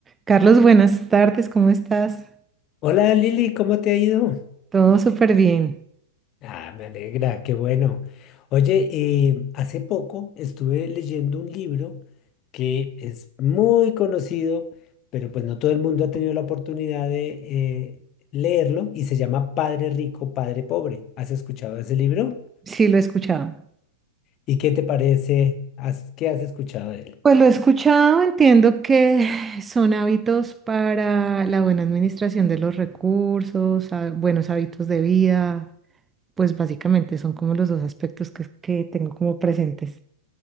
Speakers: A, on the right (about 15°); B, on the left (about 35°).
A: Carlos, buenas tardes, ¿cómo estás?
B: Hola Lili, ¿cómo te ha ido?
A: Todo súper bien.
B: Ah, me alegra, qué bueno. Oye, eh, hace poco estuve leyendo un libro que es muy conocido, pero pues no todo el mundo ha tenido la oportunidad de eh, leerlo y se llama Padre Rico, Padre Pobre. ¿Has escuchado ese libro?
A: Sí, lo he escuchado.
B: ¿Y qué te parece? ¿Has- qué has escuchado de él?
A: Pues lo he escuchado, entiendo que <sighs> son hábitos para la buena administración de los recursos, há- buenos hábitos de vida, pues básicamente son como los dos aspectos que, que tengo como presentes.